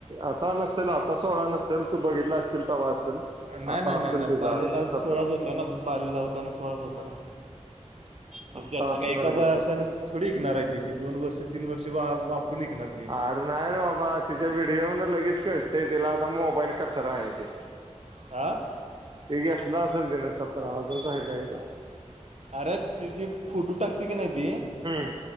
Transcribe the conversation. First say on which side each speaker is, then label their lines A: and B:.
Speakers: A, on the right; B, on the right.
A: आता नसेल आता सोळा नसेल तू बघितला असशील ते वा असेल.
B: नाही,
A: आता
B: नाही,
A: असेल
B: नाही, नाही
A: तिचा
B: बालीला
A: आठ
B: सोळाच
A: सतरा
B: होताना बालीला होता ना सोळाच होताना. तिथ
A: आत्ता
B: आता
A: असणार
B: का एका
A: की
B: वर्षा
A: सतरा
B: थोडी विकणार आहे तिथे दोन वर्ष, तीन वर्षे वापरून विकणार. ती
A: अरे नाही रे बाबा तिच्या व्हिडिओ लगेच खेचतय तिला आता मोबाईल कचरा आहेते..
B: आं..
A: ह घेतला असल तिन सतरा हजार ला सांगितला इथ.
B: अरे तिजी फोटो टाकते का नाही ते
A: हम्म